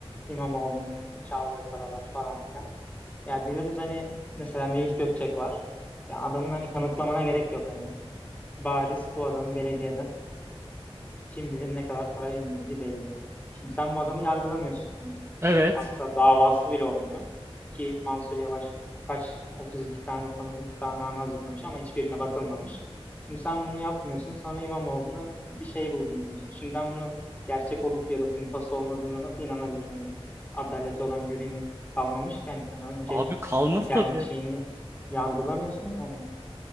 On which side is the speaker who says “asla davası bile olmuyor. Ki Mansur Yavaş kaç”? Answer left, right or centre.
Left